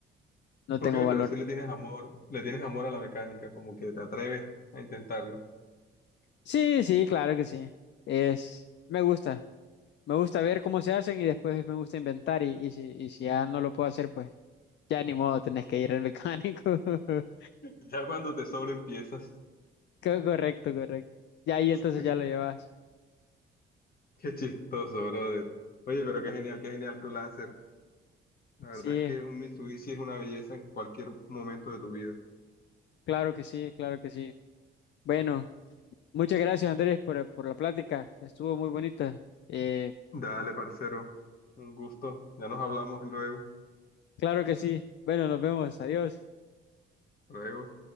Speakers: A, on the left; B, on the left.
A: no tengo
B: Ok,
A: valor.
B: pero sí le tienes amor, le tienes amor a la mecánica, como que te atreves a intentarlo.
A: Sí, sí, claro que sí. Es, me gusta. Me gusta ver cómo se hacen y después me gusta inventar y, y si, y si ya no lo puedo hacer, pues ya ni modo, tenés que ir al mecánico. <laughs>
B: <laughs> Ya cuando te sobren piezas.
A: Co- Correcto, correcto. Ya ahí entonces
B: <laughs>
A: ya lo llevas.
B: Qué chistoso, brother. Oye, pero qué genial, qué genial tu Lancer. La verdad
A: Sí,
B: es que un Mitsubishi es una belleza en cualquier momento de tu vida.
A: claro que sí, claro que sí. Bueno, muchas gracias Andrés por, por la plática. Estuvo muy bonita. Eh,
B: Dale, parcero. Un gusto. Ya nos hablamos luego.
A: claro que sí. Bueno, nos vemos. Adiós.
B: Luego.